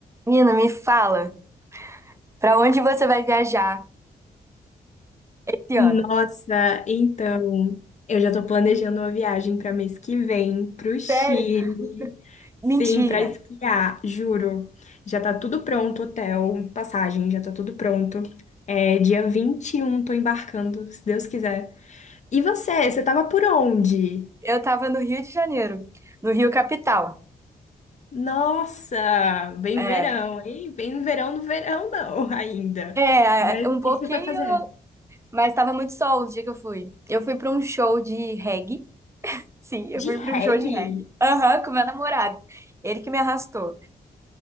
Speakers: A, on the right; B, on the left.
A: Menina, me fala, pra onde você vai viajar esse ano?
B: Nossa, então, eu já tô planejando uma viagem para mês que vem pro Chile.
A: Sério? Mentira.
B: Sim, para esquiar, juro. Já tá tudo pronto, hotel, passagem, já tá tudo pronto. É dia 21, tô embarcando, se Deus quiser. E você, você tava por onde?
A: Eu tava no Rio de Janeiro, no Rio Capital.
B: Nossa, bem
A: É,
B: verão, hein? Bem verão no verão não, <laughs> ainda.
A: é,
B: Mas
A: é, um
B: o
A: pouquinho,
B: que que você vai fazer?
A: mas tava muito sol o dia que eu fui. Eu fui pra um show de reggae. Sim, eu
B: De
A: fui pra
B: reggae?
A: um show de reggae. Aham, com meu namorado. Ele que me arrastou.